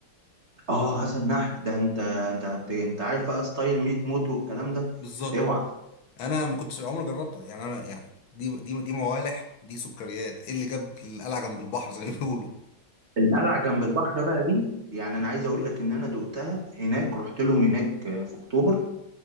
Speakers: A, on the right; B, on the left.
A: اه حسن نحل ده انت انت بت- انت عارف بقى ستايل ميت موت والكلام ده
B: بالظبط
A: اوعى
B: انا ما كنتش عمري جربتها يعني انا يعني دي دي دي موالح ودي سكريات ايه اللي جاب القلعه جنب البحر زي ما بيقولوا
A: القلعه جنب البحر بقى دي يعني انا عايز اقول لك ان انا دقتها هناك رحت لهم هناك في اكتوبر